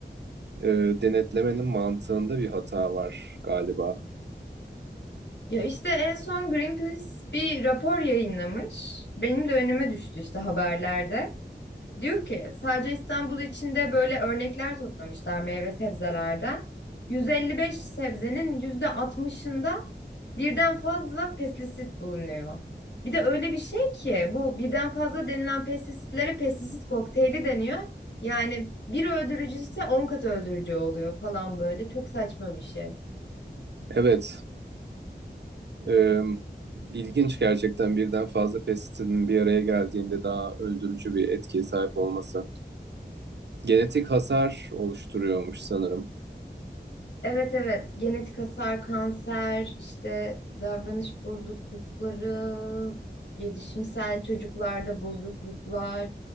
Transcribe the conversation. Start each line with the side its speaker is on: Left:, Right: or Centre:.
Right: e, denetlemenin mantığında bir hata var galiba.
Left: Ya işte en son Greenpeace bir rapor yayınlamış. Benim de önüme düştü işte haberlerde. Diyor ki sadece İstanbul içinde böyle örnekler toplamışlar meyve sebzelerden. 155 sebzenin %60'ında birden fazla pestisit bulunuyor. Bir de öyle bir şey ki bu birden fazla denilen pestisitlere pestisit kokteyli deniyor. Yani bir öldürücü ise 10 kat öldürücü oluyor falan böyle. Çok saçma bir şey.
Right: Evet, Ee, ilginç gerçekten birden fazla pestisidin bir araya geldiğinde daha öldürücü bir etkiye sahip olması. Genetik hasar oluşturuyormuş sanırım.
Left: Evet evet genetik hasar, kanser, işte davranış bozuklukları, gelişimsel çocuklarda bozukluklar.